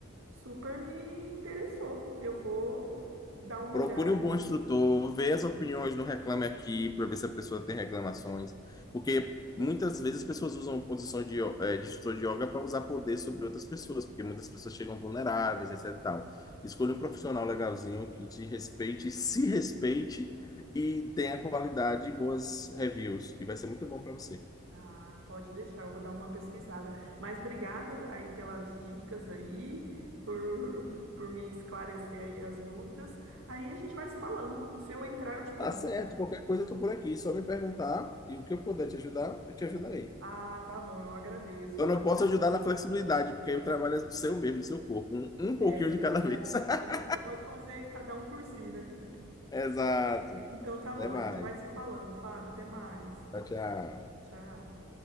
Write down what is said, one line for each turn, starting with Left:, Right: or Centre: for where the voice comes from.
Right: super me interessou. Eu vou dar uma
Left: Procure
Right: olhada
Left: um
Right: aqui.
Left: bom instrutor, vê as opiniões no Reclame Aqui para ver se a pessoa tem reclamações, porque muitas vezes as pessoas usam posição de, yo- eh, de instrutor de yoga para usar poder sobre outras pessoas, porque muitas pessoas chegam vulneráveis, etc e tal. Escolha um profissional legalzinho que te respeite, se respeite e tenha qualidade e boas reviews, e vai ser muito bom para você.
Right: Ah, pode deixar, eu vou dar uma pesquisada. Mas obrigado aí pelas dicas aí, por, por me esclarecer aí as dúvidas. Aí a gente vai se falando. Se eu entrar, eu te conto.
Left: Tá certo, qualquer coisa eu tô por aqui, só me perguntar e o que eu puder te ajudar, eu te ajudarei.
Right: Ah, tá bom, eu agradeço.
Left: Eu
Right: Um
Left: não
Right: abraço.
Left: posso ajudar na flexibilidade,
Right: <laughs>
Left: porque aí o trabalho é do seu mesmo, do seu corpo. Um, um pouquinho
Right: É,
Left: de cada
Right: é,
Left: vez.
Right: a gente,
Left: <laughs>
Right: a gente só pode fazer cada um por si, né?
Left: Exato.
Right: <laughs> Então tá bom,
Left: Até mais.
Right: a gente vai se falando, Fábio. Até mais.
Left: Tchau, tchau.
Right: Tchau.